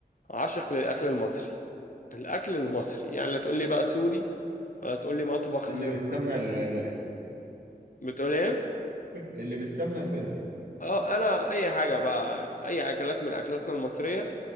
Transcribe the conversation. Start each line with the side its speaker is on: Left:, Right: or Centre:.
Left: عاشق للأكل المصري الأكل المصري يعني لا تقول لي بقى سوري ولا تقول لي مطبخ
Right: اللي
Left: غير
Right: بالسمنة البلدي
Left: بتقول ايه
Right: <laughs> اللي بالسمنة البلدي
Left: اه انا اي حاجة بقى اي اكلات من اكلاتنا المصرية